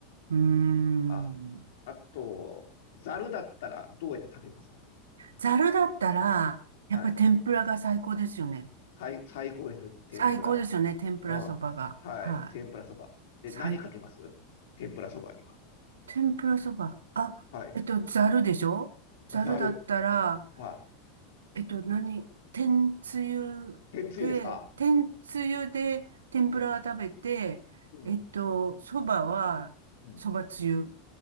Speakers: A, on the right (about 75°); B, on the left (about 60°).
A: うーん。
B: あ、あと、ざるだったらどうやって食べます
A: ざるだったら、やっぱり天ぷらが最高ですよね。
B: はい。最、最高ですよね。天ぷら。
A: 最高ですよね、天ぷらそばが。
B: うん。はい。
A: はい。
B: 天ぷらそば。で、
A: 最
B: 何かけます天ぷらそばには。
A: 天ぷらそば。あ、
B: はい。
A: えっと、ざるでしょざるだったら、
B: ざる。はい。
A: えっと、何天つゆで、
B: 天つゆですか
A: 天つゆで天ぷらは食べて、
B: うん。うん。
A: えっと、そばはそばつゆ
B: うん。